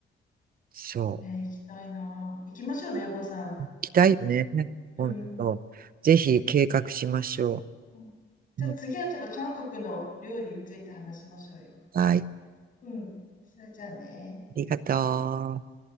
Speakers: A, on the right; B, on the left.
A: そう。
B: ね、行きたいな。行きましょうね、横さん。
A: 行きたいよね。
B: うん。
A: 本当。ぜひ計画しましょ
B: うんじゃあ次はちょっと韓国の料理について話しましょうよ。
A: う。うん、はい。あ
B: うん。それじゃあね。
A: りがとう。